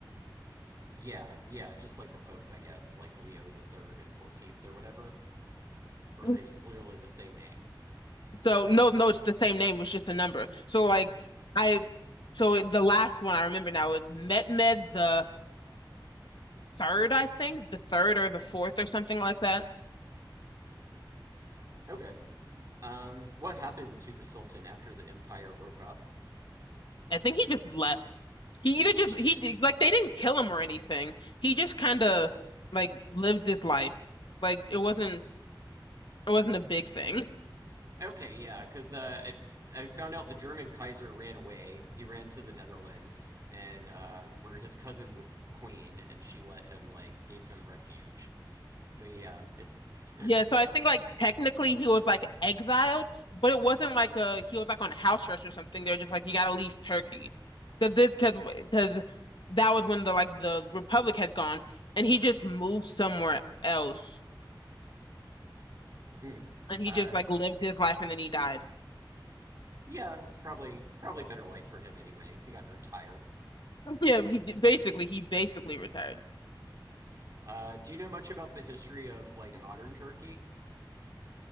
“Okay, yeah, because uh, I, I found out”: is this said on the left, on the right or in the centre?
Right